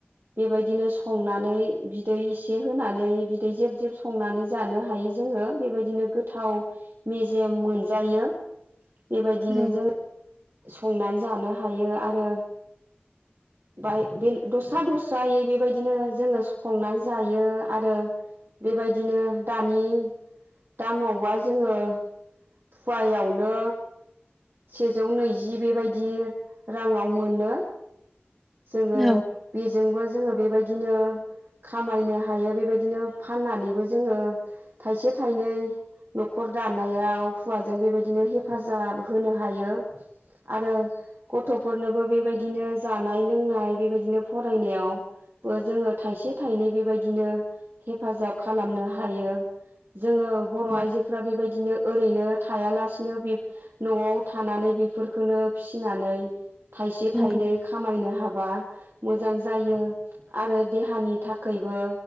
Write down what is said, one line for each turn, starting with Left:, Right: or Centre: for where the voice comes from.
Right: बेबायदिनो संनानै बिदै इसे होनानै बिदै जेब जेब संनानै जानो हायो जोङो बेबायदिनो गोथ थाव मेजेम मोन जायो। बेबायदिनो
Centre: औ
Right: जोङो संनानै जानो हायो आरो बाय बे दस्रा दस्रायै बेबायदिनो जोङो संनानै जायो आरो बेबायदिनो दानि दामाव वा जोङो फुवायावनो सेजौ नैजि बेबायदि राङाव मोनो। जोङो
Centre: औ
Right: बेजोंबो जोङो बेबायदिनो खामायनो हायो बेबायदिनो फाननानैबो जोङो थायसे थाइनै न'खर दानायाव हौवाजों बेबायदिनो हेफाजाब होनो हायो आरो गथ'फोरनोबो बेबायदिनो जानाय लोंनाय बेबायदिनो फरायनायावबो जोङो थाइसे थाइनै बेबायदिनो हेफाजाब खालामनो हायो। जोङो बर'
Centre: औ
Right: आइजोफ्रा बेबायदि बिदिनो ओरैनो थायालासिनो बेफ न'आव थानानै बेफोरखौनो फिसिनानै थाइसे
Centre: नंगौ
Right: थाइनै खामायनो हाबा मोजां जायो आरो देहानि थाखायबो